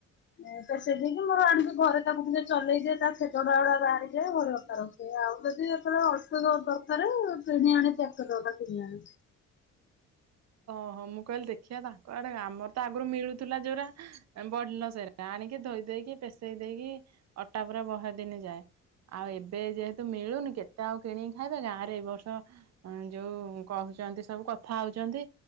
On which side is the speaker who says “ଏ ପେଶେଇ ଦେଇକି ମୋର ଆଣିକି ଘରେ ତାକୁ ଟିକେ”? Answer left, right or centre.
Left